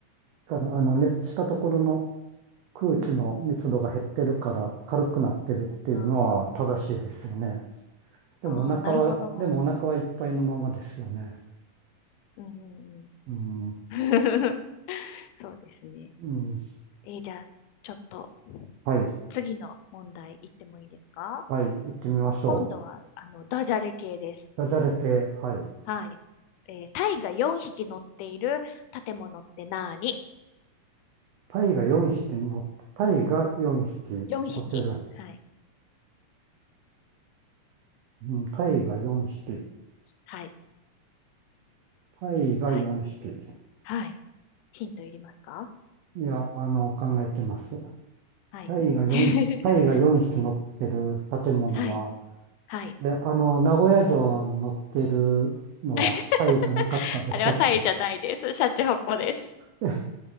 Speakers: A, on the right; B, on the left.
A: から、あの、熱したところの空気の密度が減ってるから軽くなってるっていうのは正しいですよね。
B: うん。あー
A: でもお腹は、
B: あー、なるほど。
A: でもお腹はいっぱいのままですよね。
B: うんうんうん。
A: うん
B: <laughs> そうですね。
A: うん。
B: えーじゃあ、ちょっと
A: はい。
B: 次の問題いってもいいですか
A: はい。行ってみましょう。
B: 今度は、あの、ダジャレ系です。
A: ダジャレ系。はい。
B: はい。えータイが4匹乗っている建物って何
A: タイが4匹乗っタイが4匹乗ってる。
B: ?4 匹。はい。
A: うん。タイが4匹。
B: はい。
A: タイが4匹。
B: はい。はい。ヒントいりますか
A: いや、あの、考えてます。
B: はい。
A: タイが4匹、
B: <laughs>
A: タイが4匹乗ってる建物は、
B: はい。はい。
A: え、あの、名古屋城に乗ってるのはタイじゃなかったでしたっけ
B: <laughs> あれはタイじゃないです。シャチホコです。
A: <laughs>